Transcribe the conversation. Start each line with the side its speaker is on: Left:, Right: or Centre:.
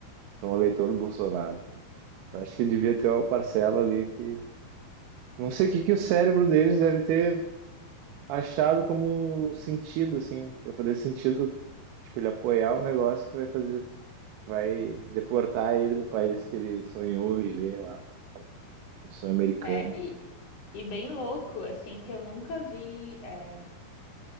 Right: são eleitor do Bolsonaro, assim. Eu acho que devia ter uma parcela ali que. Não sei o que que o cérebro deles deve ter achado como sentido, assim, para fazer sentido, tipo, ele apoiar o negócio que vai fazer, vai deportar ele do país que ele sonhou viver lá, o sonho americano.
Left: É, e, e bem louco, assim, que eu nunca vi é,